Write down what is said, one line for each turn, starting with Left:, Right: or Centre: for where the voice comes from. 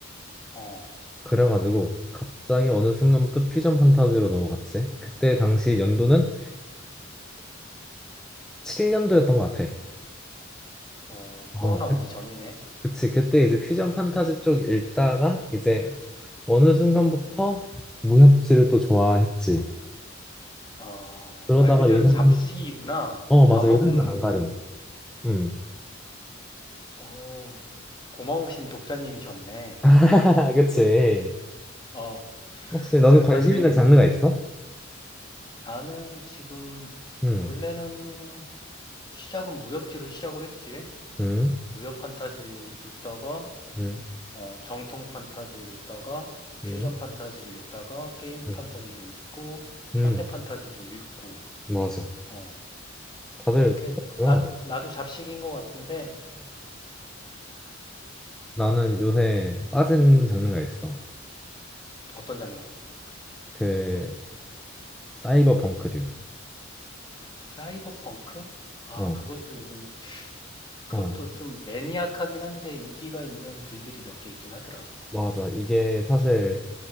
Left: 어,
Centre: 그래가지고 갑자기 어느 순간부터 퓨전 판타지로 넘어갔지. 그때 당시 연도는 2017년도였던 것 같아.
Left: 어,
Centre: 어,
Left: 코로나
Centre: 그-
Left: 오기 전이네.
Centre: 그치. 그때 이제 퓨전 판타지 쪽 읽다가 이제 어느 순간부터 무협지를 또 좋아했지.
Left: 어,
Centre: 그러다가
Left: 말 그대로
Centre: 요새는
Left: 잡식이구나.
Centre: 어 맞아
Left: 다 먹는,
Centre: 요새는 안
Left: 음,
Centre: 가려. 음.
Left: 어, 고마우신 독자님이셨네.
Centre: <laughs> 그치.
Left: 어,
Centre: 혹시 너는
Left: 작가들에게
Centre: 관심 있는 장르가 있어?
Left: 나는 지금
Centre: 음.
Left: 원래는 시작은 무협지로 시작을 했지.
Centre: 음.
Left: 무협 판타지 읽다가,
Centre: 음.
Left: 어, 정통 판타지 읽다가,
Centre: 음.
Left: 퓨전 판타지 읽다가, 게임
Centre: 음.
Left: 판타지도 읽고, 현대
Centre: 음.
Left: 판타지도 읽고,
Centre: 맞아.
Left: 어,
Centre: 다들
Left: 그렇게
Centre: 똑같구나.
Left: 그 나도 나도 잡식인 것 같은데
Centre: 나는 요새 빠진 장르가 있어.
Left: 어떤 장르?
Centre: 그 사이버 펑크류.
Left: 사이버펑크? 아,
Centre: 어,
Left: 그것도 요즘 그것도
Centre: 어,
Left: 좀 매니악하긴 한데 인기가 있는 글들이 몇 개 있긴 하더라.
Centre: 맞아. 이게 사실